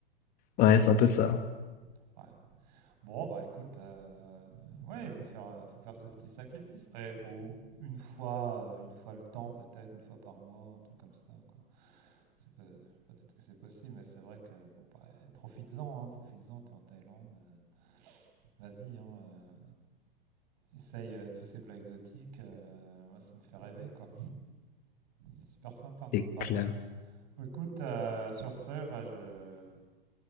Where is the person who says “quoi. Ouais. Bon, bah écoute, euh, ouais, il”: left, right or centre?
Right